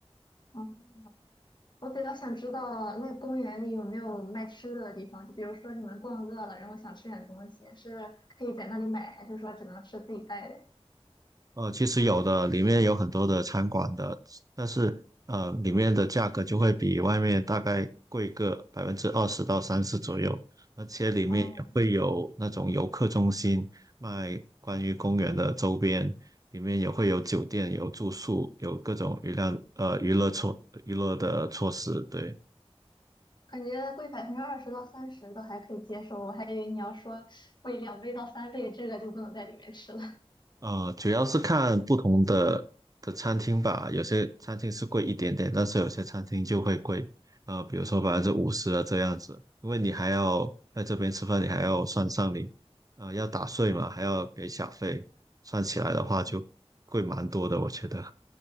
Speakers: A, on the left; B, on the right.
A: 嗯，我比较想知道那个公园里有没有卖吃的的地方，就比如说你们逛饿了，然后想吃点东西，是可以在那里买，还是说只能吃自己带的呀？
B: 呃，其实有的，里面有很多的餐馆的，但是呃，里面的价格就会比外面大概贵个百分之二十到三十左右，而且里面也会有那种游客中心卖关于公园的周边，
A: 哦，
B: 里面也会有酒店、有住宿、有各种娱乐呃娱乐措娱乐的措施，对。
A: 感觉贵百分之二十到三十都还可以接受，我还以为你要说贵两倍到三倍，这个就不能在里面吃了。<laughs>
B: 呃，主要是看不同的的餐厅吧，有些餐厅是贵一点点，但是有些餐厅就会贵，呃，比如说百分之五十啊这样子，因为你还要在这边吃饭，你还要算上你，呃，要打税嘛，还要给小费，算起来的话就贵蛮多的，
A: 嗯，
B: 我觉得。